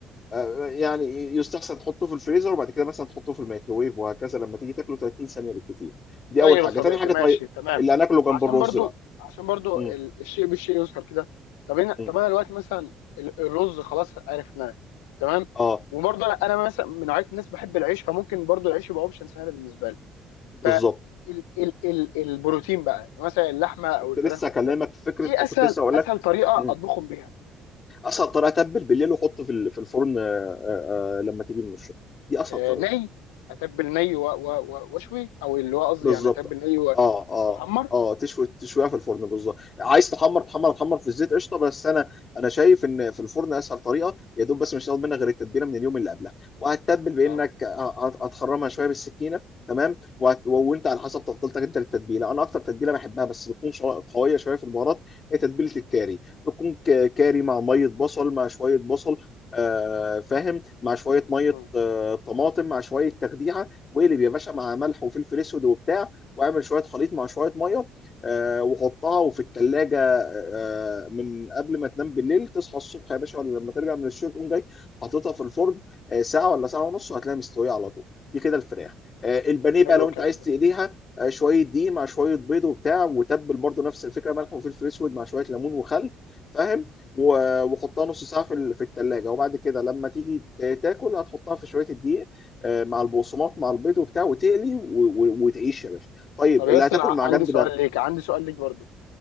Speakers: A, on the left; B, on the left.
A: آه، يعني يستحسن تحطه في الفريزر وبعد كده مثلا تحطه في الميكروويف وهكذا لما تيجي تاكله 30 ثانيه بالكتير دي
B: طيب
A: اول حاجه
B: يا صديقي
A: تاني حاجه
B: ماشي
A: طيب
B: تمام
A: اللي هناكله جنب
B: عشان
A: الرز
B: برضو
A: بقى
B: عشان برضو
A: مم.
B: ال- الشيء بالشيء يذكر كده طب انا
A: مم.
B: طب انا دلوقتي مثلا ال- الرز خلاص عرفناه تمام
A: اه
B: وبرضه انا أنا مثلا من نوعيه الناس بحب العيش فممكن برضو العيش يبقى اوبشن سهل بالنسبه لي
A: بالظبط
B: ف ال ال
A: مم.
B: ال البروتين بقى مثلا اللحمه او
A: كنت
B: الفراخ
A: لسه
B: وكده
A: اكلمك في فكره
B: ايه
A: كنت
B: اسهل
A: لسه اقول
B: اسهل
A: لك
B: طريقه
A: مم.
B: اطبخهم بيها
A: اسهل طريقه تبل بالليل وحط في ال- في الفرن آه، آه، آه، لما تيجي من الشغل دي اسهل
B: آه
A: طريقه
B: ني اتبل ني و- و- و- واشوي او اللي هو قصدي
A: بالظبط
B: يعني اتبل ني و-
A: اه اه
B: واحمر
A: اه تشوي تشويها في الفرن بالظبط عايز تحمر تحمر تحمر في الزيت قشطه بس انا انا شايف ان في الفرن اسهل طريقه يا دوب بس مش هتاخد منك غير التتبيله من اليوم اللي قبلها وهتتبل بانك
B: اه
A: هت- هتخرمها شويه بالسكينه تمام وهت... وانت على حسب تفضيلتك انت للتتبيله انا اكتر تتبيله بحبها بس بتكون شو... قويه شويه في البهارات هي تتبيله الكاري بتكون ك... كاري مع ميه بصل مع شويه بصل آه فاهم مع شويه ميه
B: مم.
A: آه طماطم مع شويه تخديعه واقلب يا باشا مع ملح وفلفل اسود وبتاع واعمل شويه خليط مع شويه ميه آه، وحطها وفي الثلاجه آه، آه، من قبل ما تنام بالليل تصحى الصبح يا باشا ولا لما ترجع من الشغل تقوم جاي حاططها في الفرن آه، ساعه ولا ساعه ونص وهتلاقيها مستويه على طول دي كده الفراخ آه، البانيه بقى
B: حلو
A: لو
B: الكلام
A: انت عايز تقليها آه، شويه دقيق مع شويه بيض وبتاع وتبل برضو نفس الفكره ملح وفلفل اسود مع شويه ليمون وخل فاهم و-
B: ده
A: وحطها نص ساعه في ال- في الثلاجه وبعد كده لما تيجي ت- تاكل هتحطها في شويه الدقيق آه، مع البقسماط مع البيض وبتاع وتقلي و... و... وتعيش يا باشا طيب
B: طب
A: اللي
B: ياسر
A: هتاكل
B: ع-
A: مع
B: عندي
A: جنب
B: سؤال
A: ده
B: ليك عندي سؤال ليك برضو